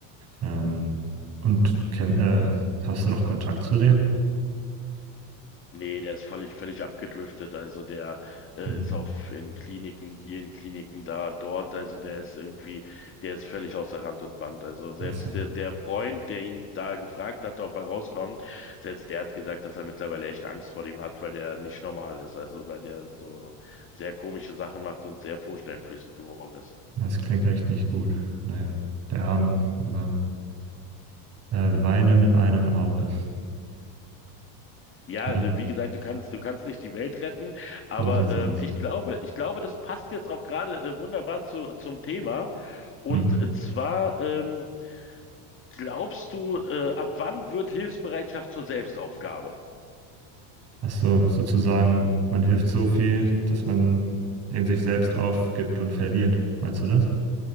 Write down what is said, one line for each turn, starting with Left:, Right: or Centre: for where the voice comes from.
Right: Ähm, und kenn, äh, hast du noch Kontakt zu dem?
Left: Nee, der ist völlig, völlig abgedriftet. Also der äh,
Right: Mhm.
Left: ist auch in Kliniken, hier in Kliniken, da, dort. Also der ist irgendwie, der ist völlig außer Rand und Band. Also selbst
Right: Das, ja,
Left: der, der Freund, der ihn da gefragt hat, ob er rauskommt, selbst der hat gesagt, dass er mittlerweile echt Angst vor dem hat, weil der nicht normal ist. Also weil der so sehr komische Sachen macht und sehr vorstellungsflößend geworden ist.
Right: das klingt echt nicht gut. Naja, der Arme, aber äh, weine mit einem Auge.
Left: Ja,
Right: Ne?
Left: also wie gesagt, du kannst, du kannst nicht die Welt retten, aber
Right: So sieht's
Left: ähm,
Right: aus.
Left: ich glaube, ich glaube, das passt jetzt auch gerade äh, wunderbar zu, zum Thema. Und
Right: Mhm.
Left: zwar, ähm, glaubst du, äh, ab wann wird Hilfsbereitschaft zur Selbstaufgabe?
Right: Ach so, sozusagen, man hilft so viel, dass man eben sich selbst aufgibt und verliert. Meinst du das?